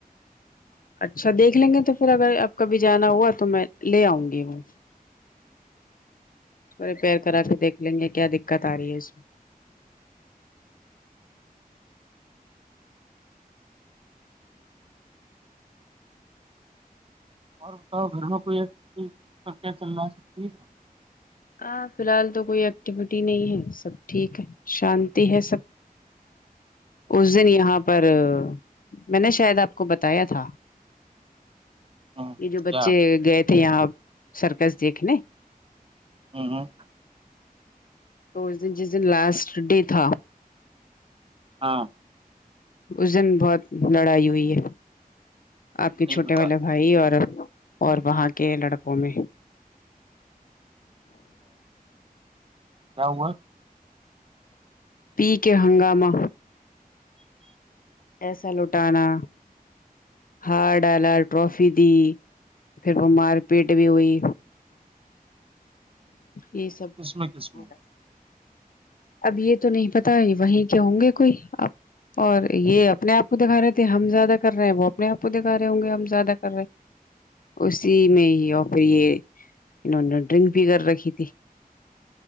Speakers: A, on the left; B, on the right.
A: اچھا دیکھ لیں گے تو پھر اگر آپ کبھی جانا ہوا تو میں لے آؤں گی وہ ریپیئر کرا کے دیکھ لیں گے کیا دقت آ رہی ہے اس میں
B: اور بتاؤ گھر میں کوئی <unintelligible>
A: ہاں فی الحال تو کوئی ایکٹیویٹی نہیں ہے سب ٹھیک ہے شانتی ہے سب اس دن یہاں پر میں نے شاید آپ کو بتایا تھا
B: ہے ہ
A: یہ جو
B: کیا
A: بچے گئے تھے یہاں سرکس دیکھنے
B: ہوں ہوں
A: تو اس دن جس دن لاسٹ ڈے تھا
B: ہاں
A: اس دن بہت لڑائی ہوئی ہے آپ کے
B: نہیں
A: چھوٹے
B: بتایا
A: والے بھا بھائی اور اور وہاں کے لڑکوں میں
B: کیا ہوا
A: پی کے ہنگامہ ایسا لٹانا ہار ڈالا ٹرافی دی پھر وہ مار پیٹ بھی ہوئی یہ سب
B: کس میں کس
A: ہو
B: میں
A: رہا اب یہ تو نہیں پتا وہیں کے ہوں گے کوئی اپ اور یہ اپنے آپ کو دکھا رہے تھے ہم زیادہ کر رہے ہیں وہ اپنے آپ کو دکھا رہے ہوں گے ہم زیادہ کر رہے اسی میں ہی اور پھر یہ انہوں نے ڈرنک بھی کر رکھی تھی